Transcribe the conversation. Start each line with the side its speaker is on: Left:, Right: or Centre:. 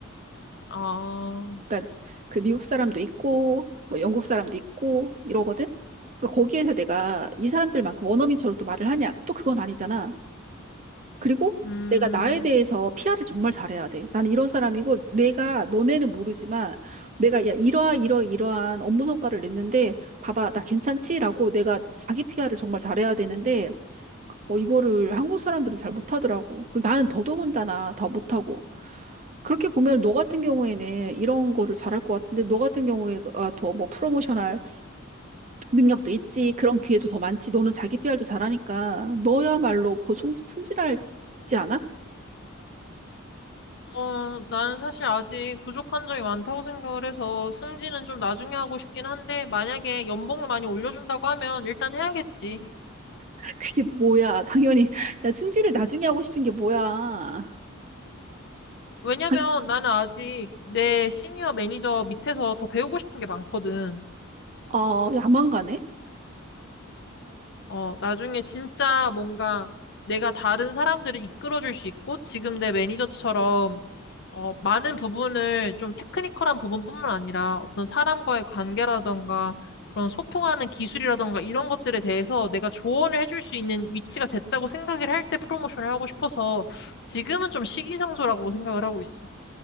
Left: 아,
Right: 그러니까 그 미국 사람도 있고 뭐 영국 사람도 있고 이러거든? 그러니까 거기에서 내가 이 사람들만큼 원어민처럼 또 말을 하냐? 또 그건 아니잖아. 그리고
Left: 음,
Right: 내가 나에 대해서 PR을 정말 잘해야 돼. 나는 이런 사람이고 내가 너네는 모르지만 내가 야 이러하 이러 이러한 업무 성과를 냈는데 봐봐 나 괜찮지라고 내가 자기 PR을 정말 잘해야 되는데 어, 이거를 한국 사람들은 잘 못하더라고. 그리고 나는 더더군다나 더 못하고. 그렇게 보면 너 같은 경우에는 이런 거를 잘할 것 같은데 너 같은 경우에 더뭐 프로모션할 능력도 있지 그런 기회도 더 많지 너는 자기 PR도 잘하니까 너야말로 곧 승진, 승진할지 않아?
Left: 어, 나는 사실 아직 부족한 점이 많다고 생각을 해서 승진은 좀 나중에 하고 싶긴 한데 만약에 연봉을 많이 올려준다고 하면 일단 해야겠지.
Right: <laughs> 그게 뭐야 당연히 <laughs> 야 승진을 나중에 하고 싶은 게 뭐야
Left: 왜냐면
Right: 당-
Left: 나는 아직 내 시니어 매니저 밑에서 더 배우고 싶은 게 많거든.
Right: 아, 어, 야망가네?
Left: 어, 나중에 진짜 뭔가 내가 다른 사람들을 이끌어줄 수 있고 지금 내 매니저처럼 어, 많은 부분을 좀 테크니컬한 부분뿐만 아니라 어떤 사람과의 관계라던가 그런 소통하는 기술이라던가 이런 것들에 대해서 내가 조언을 해줄 수 있는 위치가 됐다고 생각을 할 때 프로모션을 하고 싶어서 지금은 좀 시기상조라고 생각을 하고 있어.